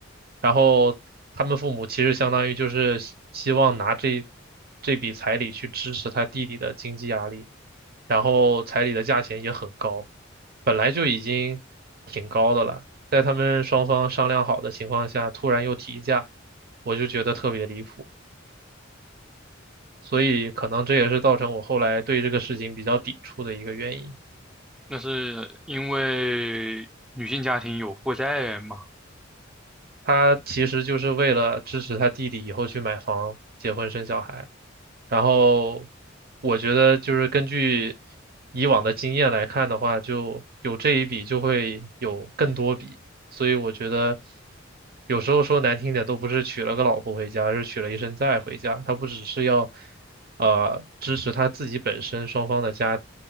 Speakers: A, on the right (about 50°); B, in the centre.
A: 然后他们父母其实相当于就是希希望拿这这笔彩礼去支持他弟弟的经济压力，然后彩礼的价钱也很高，本来就已经挺高的了，在他们双方商量好的情况下，突然又提价，我就觉得特别离谱，所以可能这也是造成我后来对这个事情比较抵触的一个原因。
B: 那是因为女性家庭有负债嘛？
A: 他其实就是为了支持他弟弟以后去买房、结婚、生小孩。然后我觉得就是根据以往的经验来看的话，就有这一笔就会有更多笔，所以我觉得有时候说难听点，都不是娶了个老婆回家，而是娶了一身债回家。他不只是要呃支持他自己本身双方的家，